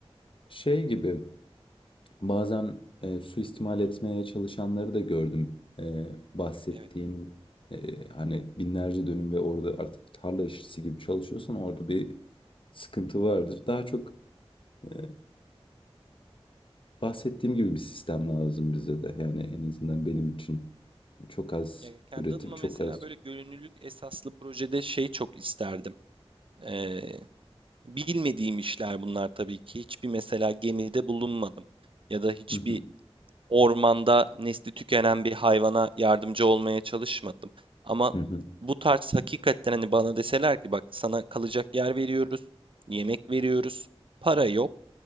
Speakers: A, on the left (about 55°); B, on the right (about 55°).
A: şey gibi Bazen e, suistimal etmeye çalışanları da gördüm. E, bahsettiğim
B: Evet.
A: e, hani binlerce dönüm ve orada artık tarla işçisi gibi çalışıyorsan orada bir sıkıntı vardır. Daha çok e, bahsettiğim gibi bir sistem lazım bize de. Yani en azından benim için çok az
B: Ya kendi
A: üretim,
B: adıma
A: çok
B: mesela
A: az.
B: böyle gönüllülük esaslı projede şey çok isterdim. Ee, bilmediğim işler bunlar tabii ki. Hiçbir mesela gemide bulunmadım ya da hiçbir
A: Hı hı,
B: ormanda nesli tükenen bir hayvana yardımcı olmaya çalışmadım. Ama
A: hı hı,
B: bu tarz hakikaten hani bana deseler ki bak sana kalacak yer veriyoruz, yemek veriyoruz, para yok.